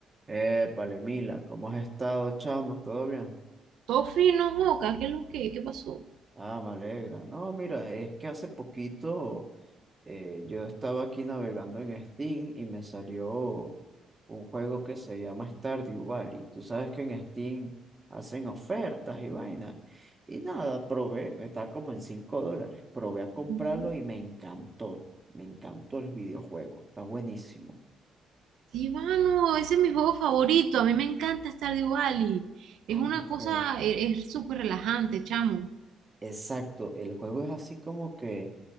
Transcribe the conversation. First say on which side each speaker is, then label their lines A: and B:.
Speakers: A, on the right; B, on the right.
A: Eh, Palemila, ¿cómo has estado, chama? ¿Todo bien?
B: Todo free no Joca, ¿qué es lo que? ¿Qué pasó?
A: Ah, me alegra. No, mira, es que hace poquito eh, yo estaba aquí navegando en Steam y me salió un juego que se llama Stardew Valley. Tú sabes que en Steam hacen ofertas y vainas. Y nada, probé, está como en 5 dólares. Probé a comprarlo
B: Ujú.
A: y me encantó. Me encantó el videojuego, está buenísimo.
B: Sí, mano, ese es mi juego favorito. A mí me encanta Stardew Valley. Es
A: Ah,
B: una
A: ok.
B: cosa, e- es súper relajante, chamo.
A: Exacto, el juego es así como que